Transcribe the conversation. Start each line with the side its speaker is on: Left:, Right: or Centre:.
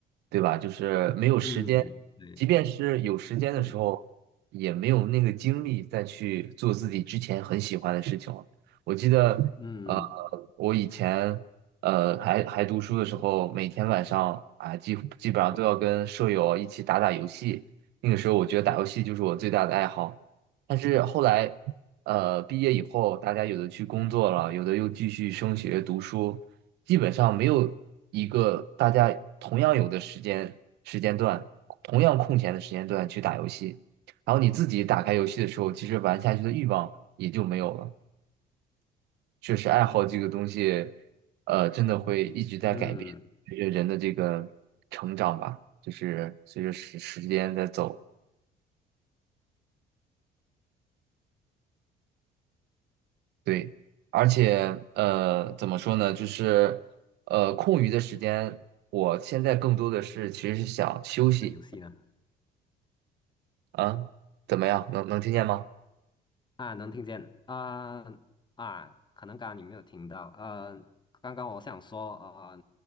Right: 对吧？就是没有时间，
Left: 嗯对
Right: 即便是有时间的时候，
Left: 嗯
Right: 也没有那个精力再去做自己之前很喜欢的事情了。我记得，
Left: 嗯
Right: 呃，我以前呃还还读书的时候，每天晚上啊，基基本上都要跟舍友一起打打游戏。那个时候，我觉得打游戏就是我最大的爱好。但是后来。呃，毕业以后，大家有的去工作了，有的又继续升学读书，基本上没有一个大家同样有的时间时间段，同样空闲的时间段去打游戏。然后你自己打开游戏的时候，其实玩下去的欲望也就没有了。确实，爱好这个东西，呃，真的会一直在改变，
Left: 嗯，
Right: 随着人的这个成长吧，就是随着时时间在走。对，而且呃，怎么说呢？就是呃，空余的时间，我现在更多的是其实是想休息
Left: 呃游戏呢？
Right: 啊，怎么样？能能听见吗？
Left: 啊，能听见啊啊，可能刚刚你没有听到，呃，刚刚我想说，呃，